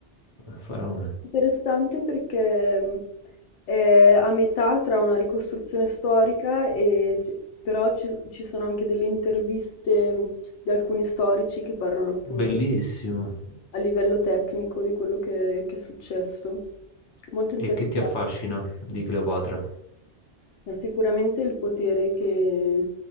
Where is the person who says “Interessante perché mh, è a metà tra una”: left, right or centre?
Left